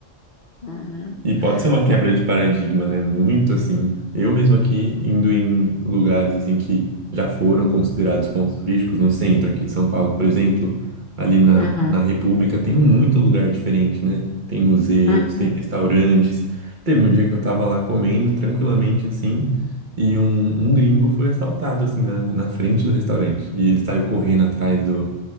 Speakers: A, on the left; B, on the right.
A: Uhum.
B: E pode ser uma quebra
A: Ma-
B: de paradigma, né? Muito assim. Eu mesmo aqui indo em lugares assim que já foram considerados pontos turísticos no centro aqui de São Paulo, por exemplo, ali na,
A: uhum,
B: na República tem muito lugar diferente, né? Tem museus,
A: uhum.
B: tem restaurantes. Teve um dia que eu tava lá comendo tranquilamente assim e um, um gringo foi assaltado assim na, na frente do restaurante e ele saiu correndo atrás do